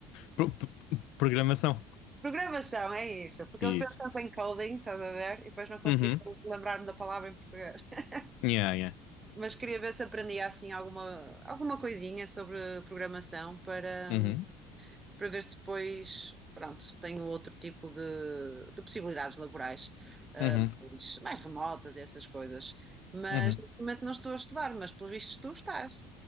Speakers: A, on the left; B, on the right.
A: Pro- pro- Programação.
B: Programação, é isso, porque
A: Isso.
B: eu pensava em coding, estás a ver, e depois não consigo
A: Uhum.
B: lembrar-me da palavra em português. <laughs>
A: Yeah, yeah.
B: Mas queria ver se aprendia assim alguma, alguma coisinha sobre programação para.
A: Uhum.
B: para ver se depois, pronto, tenho outro tipo de, de possibilidades laborais, ah,
A: Uhum.
B: mais, mais remotas, e essas coisas. Mas
A: Uhum.
B: neste momento não estou a estudar, mas pelos vistos tu estás.